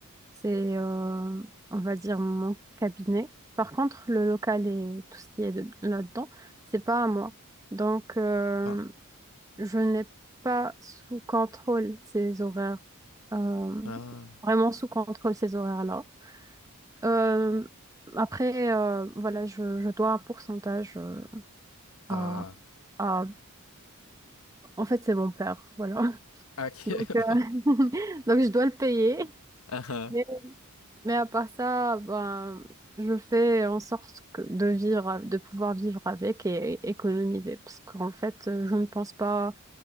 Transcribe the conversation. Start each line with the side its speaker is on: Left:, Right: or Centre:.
Right: c'est, euh, on va dire, mon cabinet. Par contre, le local et tout ce qui est de- là-dedans, c'est pas à moi. Donc, euh,
Left: Ah,
Right: je n'ai pas sous contrôle ces horaires, euh,
Left: ah,
Right: vraiment sous contrôle ces horaires-là. Euh, après, euh, voilà, je, je dois un pourcentage euh,
Left: ah.
Right: à, à- En fait, c'est mon père, voilà.
Left: Ok.
Right: <laughs> Donc,
Left: <laughs>
Right: euh, <laughs>
Left: bah.
Right: donc je dois le payer.
Left: Ah ah,
Right: Mais, mais à part ça, ben, je fais en sorte que- de vivre, de pouvoir vivre avec et économiser. Parce qu'en fait, je ne pense pas